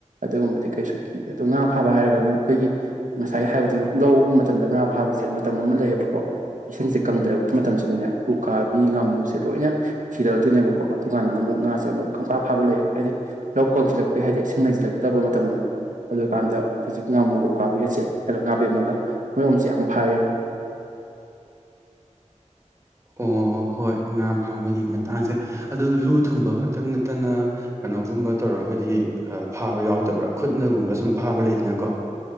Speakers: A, on the right (about 80°); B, on the right (about 20°).
A: ꯑꯗꯨꯒꯨꯝꯕꯗꯤ ꯀꯩꯁꯨ ꯀꯤꯗꯦ ꯑꯗꯨꯗꯣ ꯉꯥ ꯐꯥꯕ ꯍꯥꯏꯔꯒ ꯑꯃꯨꯛ ꯑꯩꯈꯣꯏꯒꯤ ꯉꯁꯥꯏ ꯍꯥꯏꯕꯗꯨ ꯂꯧ ꯃꯇꯝꯗ ꯉꯥ ꯐꯥꯕꯁꯦ ꯃꯇꯝ ꯑꯃ ꯂꯩꯌꯦꯕꯀꯣ ꯏꯁꯤꯡꯁꯦ ꯀꯪꯊꯔꯛꯄ ꯃꯇꯝꯁꯤꯗꯅꯦ ꯎꯀꯥꯕꯤ ꯉꯥꯃꯨꯁꯦ ꯂꯣꯏꯅ ꯁꯤꯗꯔꯛꯇꯣꯏꯅꯦꯕꯀꯣ ꯑꯗꯨꯀꯥꯟꯗꯅ ꯑꯃꯨꯛ ꯉꯥꯁꯦ ꯑꯃꯨꯛ ꯈꯪꯐꯥ ꯐꯥꯕ ꯂꯩꯌꯦ ꯍꯥꯏꯗꯤ ꯂꯧ ꯀꯪꯁꯤꯜꯂꯛꯄꯩ ꯍꯥꯏꯗꯤ ꯏꯁꯤꯡ ꯂꯩꯁꯤꯜꯂꯛꯇꯕ ꯃꯇꯝꯗꯣ ꯑꯗꯨꯀꯥꯟꯗ ꯍꯧꯖꯤꯛ ꯉꯥꯃꯨꯒ ꯎꯈꯥꯕꯤꯒꯠꯁꯦ ꯅꯒ ꯉꯥꯕꯦꯝꯃꯒ ꯃꯣꯏꯒꯨꯝꯕꯁꯦ ꯌꯥꯝ ꯐꯥꯏꯌꯦ
B: ꯑꯣ ꯍꯣꯏ ꯉꯥ ꯐꯥꯕꯒꯤ ꯃꯇꯥꯡꯁꯦ ꯑꯗꯨ ꯂꯨ ꯊꯨꯝꯕ ꯈꯛꯇꯪ ꯅꯠꯇꯅ ꯀꯩꯅꯣꯒꯨꯝꯕ ꯇꯧꯔꯒꯗꯤ ꯐꯥꯕ ꯌꯥꯎꯗꯕ꯭ꯔꯥ ꯈꯨꯠꯅꯒꯨꯝꯕ ꯁꯨꯝ ꯐꯥꯕ ꯂꯩꯗꯅꯀꯣ